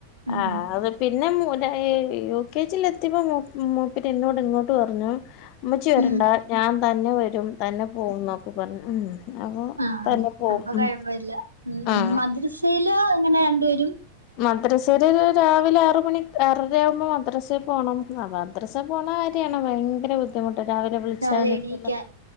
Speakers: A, on the right (about 85°); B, on the left (about 40°).
A: ഉം ഉം
B: ആഹ് അത് പിന്നെ യു കെ ജിൽ എത്തിയപ്പോ മോപ്പര് എന്നോട് ഇങ്ങോട്ട് പറഞ്ഞു ഉമ്മചി വരണ്ടാ
A: ഉം
B: ഞാൻ തന്നെ വരും തന്നെ പോവും എന്നൊക്കെ പറഞ്ഞു ഉം അപ്പൊ
A: ആ
B: തന്നെ
A: അത്
B: പോവും
A: അപ്പൊ കൊഴപ്പമില്ല ഉം
B: ആഹ്
A: മദ്രസയില് ഇങ്ങനെ രണ്ടപേരും
B: മദ്രസയില രാവിലെ ആറ മണി ആറര ആവുമ്പോ മദ്രസയിൽ പോണം അവാ മദ്രസ പോണ കാര്യാണ് ഭയങ്കര ബുദ്ധിമുട്ട് രാവിലെ വിളിച്ചക്ക
A: രാവിലെ എണീക്കാൻ